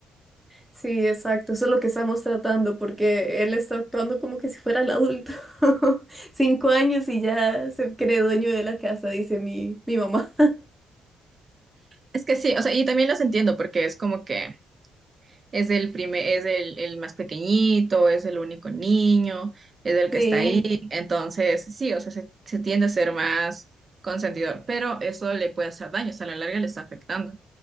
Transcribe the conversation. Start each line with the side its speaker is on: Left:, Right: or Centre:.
Centre: sí, exacto, eso es lo que estamos tratando, porque él está actuando como que si fuera el adulto. <laughs> Cinco años y ya se cree dueño de la casa, dice mi, mi mamá.
Right: Es que sí, o sea, y también los entiendo porque es como que... Es el primer, es el, el más pequeñito, es el único niño, es el que
Centre: Sí.
Right: está ahí. Entonces, sí, o sea, se, se tiende a ser más consentidor, pero eso le puede hacer daño, o sea, a la larga le está afectando